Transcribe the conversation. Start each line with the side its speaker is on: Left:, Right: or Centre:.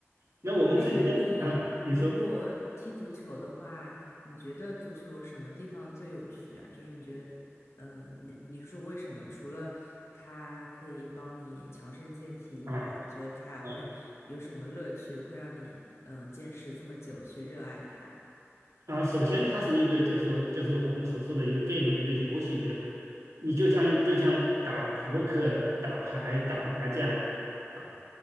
Right: 那我们之前啊，
Left: 哎，那你如果踢足球的话，
Right: 你说
Left: 你觉得足球什么地方最有趣啊？就是你觉得，嗯、你你说为什么？除了它可以帮你强身健体以外，
Right: 啊。
Left: 你觉得它还会有什么乐趣，
Right: 啊
Left: 会让你嗯、呃坚持这么久去热爱它？
Right: 啊，首先它是一个，就是说就是我们所说的一个 game，一个游戏，对吧？你就像就像打扑克、
Left: 嗯
Right: 打牌、打麻将，啊、